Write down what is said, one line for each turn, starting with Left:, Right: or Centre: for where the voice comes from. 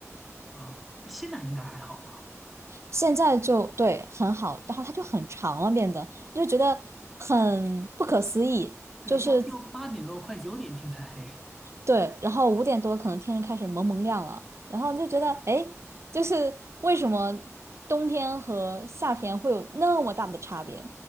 Centre: 啊，现在应该还好吧？
Right: 现在就对很好，然后它就很长了，变得你就觉得很不可思议，
Centre: 对，
Right: 就是
Centre: 要要八点多快九点天才黑。
Right: 对，然后五点多可能天就开始蒙蒙亮了，然后你就觉得哎，诶就是为什么冬天和夏天会有那么大的差别？